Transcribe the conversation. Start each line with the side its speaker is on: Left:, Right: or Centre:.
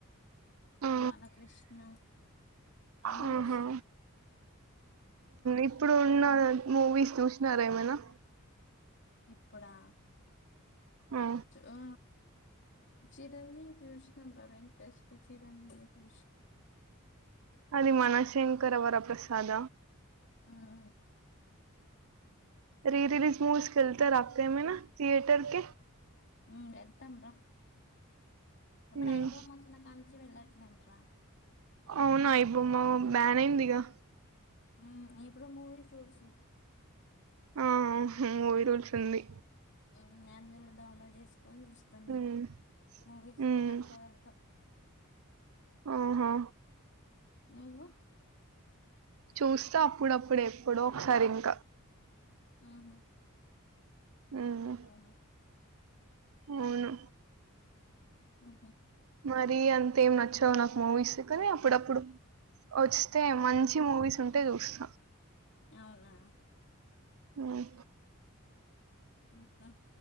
Right: ఆ
Left: బాలకృష్ణ అన్ని
Right: ఆహా
Left: చూస్తాం
Right: హు ఇప్పుడు నిన్నా మూవీస్ చూసినారా ఏమైనా
Left: ఇప్పుడా
Right: ఆ
Left: చ్ ఆ చిరంజీవి చుసినంరా వెంకటేష్ ది చిరంజీవి చూసిన
Right: అది మనశంకర వర ప్రసాద
Left: మ్ మ్మ్
Right: రి రిలీజ్ మూవీస్ కేల్తరా అక్క ఏమైనా థియేటర్ కి
Left: హు వెళ్తాం రా ఇప్పుడు
Right: మ్మ్
Left: ఐ బొమ్మోచ్చిన కంచ్చి వెళ్ళట్లెంరా
Right: అవునా ఐ బొమ్మ బ్యాన్ అయిందిగా
Left: హు ఇప్పుడు మూవీస్ రూల్సు
Right: ఆ మూవీ రూల్స్ ఉంది
Left: హు అందులో డౌన్లోడ్ చేసుకొని చూస్తాం ఇగ
Right: మ్మ్
Left: మూవీస్
Right: మ్మ్
Left: కి తక్కువ వెళ్తాము
Right: ఆహా
Left: నువ్వు
Right: చూస్తా అప్పుడప్పుడు ఎప్పుడో ఒకసారి ఇంకా
Left: మ్ హు
Right: ఉమ్
Left: అవును
Right: అవును
Left: ఉహు
Right: మరీ అంతే ఏం నచ్చావు నాకు మూవీస్ కానీ అప్పుడప్పుడు వస్తే మంచి మూవీస్ ఉంటే చూస్తా
Left: అవునా
Right: ఉమ్
Left: ఆ ఆ